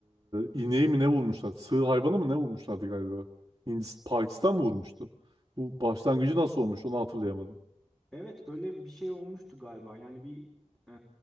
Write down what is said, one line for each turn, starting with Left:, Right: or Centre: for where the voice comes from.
Right: e, ineği mi ne vurmuşlar? Sığır hayvanı mı ne vurmuşlardı galiba? Hindistan, Pakistan mı vurmuştu? Bu başlangıcı nasıl olmuş onu hatırlayamadım.
Centre: Evet öyle bir şey olmuştu galiba. Yani bir e,